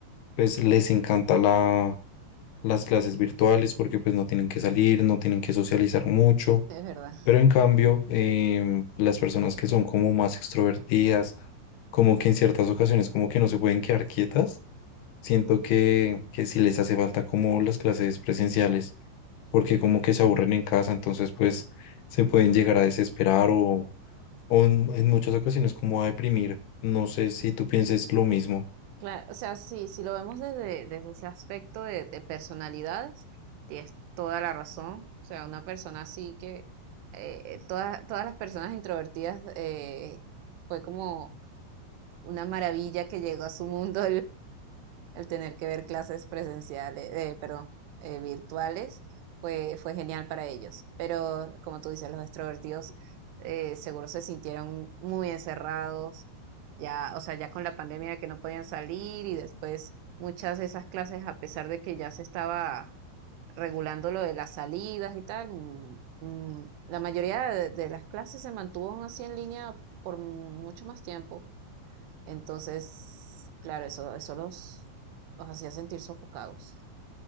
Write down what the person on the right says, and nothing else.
es verdad.
Claro, o sea, sí, si lo vemos desde, desde ese aspecto de, de personalidades, tienes toda la razón. O sea, una persona así que eh, todas, todas las personas introvertidas eh, fue como una maravilla que llegó a su mundo el tener que ver clases presenciales, eh, perdón, eh, virtuales, fue, fue genial para ellos. Pero como tú dices, los extrovertidos eh, seguro se sintieron muy encerrados, ya, o sea, ya con la pandemia de que no podían salir y después muchas de esas clases, a pesar de que ya se estaba regulando lo de las salidas y tal, mm, mm, la mayoría de, de las clases se mantuvo aún así en línea por mucho más tiempo. Entonces, claro, eso, eso los, los hacía sentir sofocados.